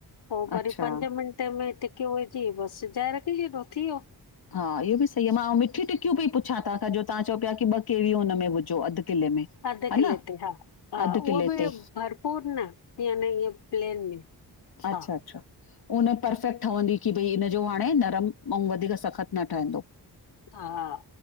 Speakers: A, on the left; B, on the left.
A: पो वरी
B: अच्छा
A: पंज मिंटे में टिकियूं विझी बस <unintelligible>
B: हा इहो ॿि सही आ, मां मिठी टिकियूं पई पुछां तांखां जो तव्हां चओ पिया की ॿ केवी हुन में विॼो, अधु किले में। हा
A: अधे किले
B: न
A: ते हा हा
B: अधु किले
A: उहो
B: ते
A: ॿि भरपूर न, याने इ प्लेन में।
B: अच्छा
A: हा
B: अच्छा उन परफेक्ट ठहंदी की भई इनजो हाणे नरम अंउ वधीक सख़तु न ठहंदो।
A: हा,